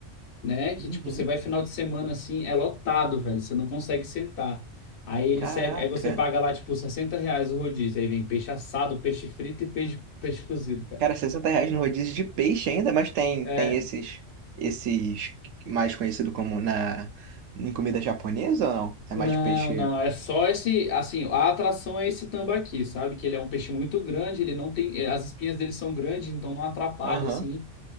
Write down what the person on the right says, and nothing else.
Uhum.
Caraca.
Cara, 60 reais no rodízio de peixe ainda, mas tem,
tem esses, esses mais conhecido como na, em comida japonesa ou não? É
mais peixe.
Aham.